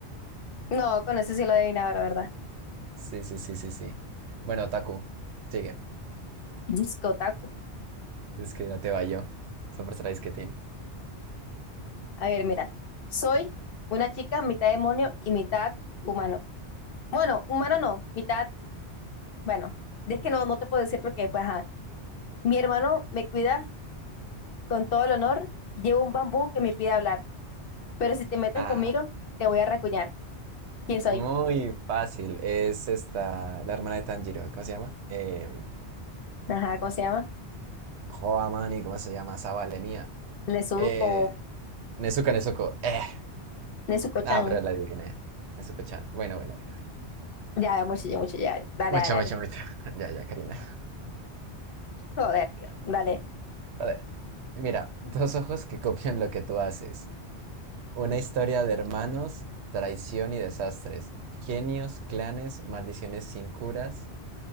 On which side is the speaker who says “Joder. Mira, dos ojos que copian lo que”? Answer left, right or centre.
Right